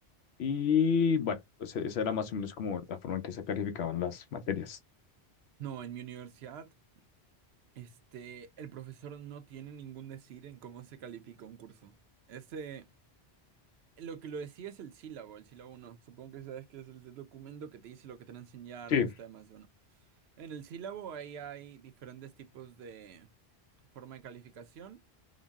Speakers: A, on the left (about 75°); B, on the right (about 75°).
A: y bueno, pues e, esa era más o menos como la forma en que se calificaban las materias.
B: No, en mi universidad Este, el profesor no tiene ningún decir en cómo se califica un curso. Ese, lo que lo decía es el sílabo, el sílabo 1. Supongo que sabes que es el documento que te dice lo que te van a enseñar,
A: Sí,
B: los temas, bueno. En el sílabo ahí hay diferentes tipos de forma de calificación,